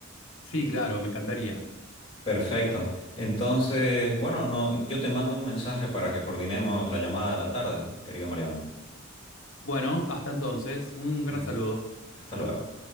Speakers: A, on the left; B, on the left.
A: Sí, claro, me encantaría.
B: Perfecto. Entonces, bueno, no, yo te mando un mensaje para que coordinemos la llamada de la tarde, querido Mariano.
A: Bueno, hasta entonces, un gran
B: Eh,
A: saludo.
B: Hasta luego.